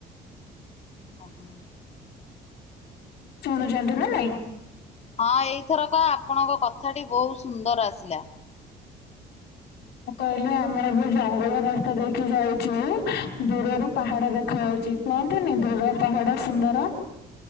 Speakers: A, on the left; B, on the left.
A: ଅଁହୋ।
B: ଶୁଣୁଛନ୍ତିୁ ନା ନାଇଁ?
A: ହଁ ଏଇଥରକ ଆପଣଙ୍କ କଥାଟି ବହୁତ ସୁନ୍ଦର ଆସିଲା।
B: ମୁଁ କହିଲି ଆମେ ଏବେ ଜଙ୍ଗଲ ରାସ୍ତା ଦେଇକି ଯାଉଛୁ। ମୁଁ ଦୂରରୁ ପାହାଡ ଦେଖାଯାଉଛି। କୁହତିନି ଦୁର ପାହାଡ଼ ସୁନ୍ଦର?